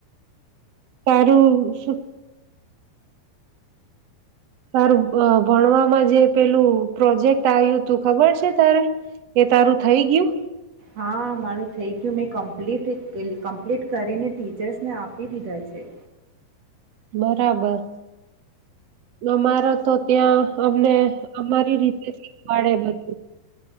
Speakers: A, on the right; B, on the right.
A: તારું શું તારું ભણવામાં જે પેલું પ્રોજેક્ટ આવ્યું તું ખબર છે તારે એ તારું થઈ ગયું
B: હા મારું થઈ ગયું મેં કમ્પ્લીટ કમ્પ્લીટ કરીને ટીચર્સને આપી દીધા છે
A: બરાબર અમારે તો ત્યાં અમને અમારી રીતે શીખવાડે બધું